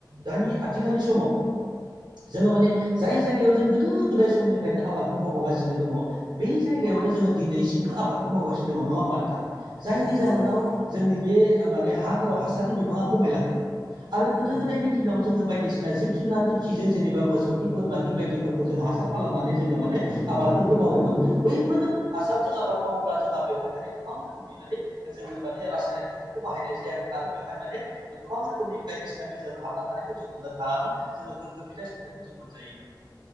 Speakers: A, on the right; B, on the left.
A: दानि आथिखालनि समाव जोङो माने जाय जायगायाव जों गोदो गोदाय समनिफ्रायनो आबादखौ मावबोगासिनो दङ बे जायगायावनो जोङो दिनैसिमबो आबादखौ मावगासिनो दङ नङा होमबा नोंथां जायनि
B: नंगौ
A: जाहोनाव
B: नंगौ
A: जोंनि बे माने हाफोराव हासारनि बिबाङा खमायलांदों आरो गोदो
B: उम
A: गोदायनि दिनाव जोङो बायदिसिना जिब जुनारनि खिजों जेनेबा मोसौ खि बोरमा खि बायदिफोरखौ जों हासार खालामनानै जोङो माने आबादफोरखौ मावोमोन बैफोर हासारजों आबाद मावोब्ला जोंहा बेवहाय माने गोबां रोखोमनि माने जोङो माने रासायनारिक हासारखौ बाहायनाय जायामोन आरो हाय माने गोबां रोखोमनि बायदिसिना बिजानाव हाबना थानायखौ जों मोननो थाङामोन जोङो गोग्गो फिथाइ सामथायाइखौ जों मोनजायोमोन